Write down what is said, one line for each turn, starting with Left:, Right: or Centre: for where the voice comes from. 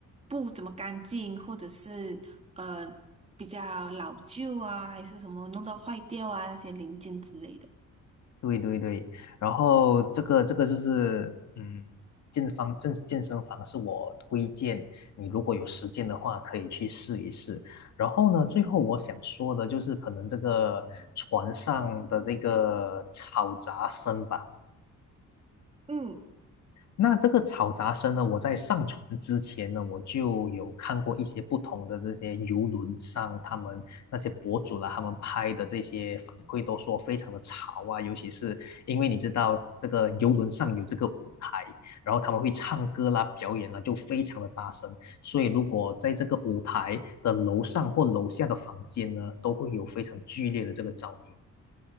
Right: 不怎么干净，或者是呃比较老旧啊，还是什么弄到坏掉啊那些零件之类的。
Left: 对对对，然后这个这个就是嗯，健方健健身房是我推荐你，如果有时间的话可以去试一试。然后呢，最后我想说的就是可能这个船上的这个吵杂声吧。
Right: 嗯，
Left: 那这个吵杂声呢，我在上船之前呢，我就有看过一些不同的这些游轮上，他们那些博主啦，他们拍的这些反馈都说非常的吵啊，尤其是因为你知道这个游轮上有这个舞台，然后他们会唱歌啦、表演啦，就非常的大声，所以如果在这个舞台的楼上或楼下的房间呢，都会有非常剧烈的这个噪音。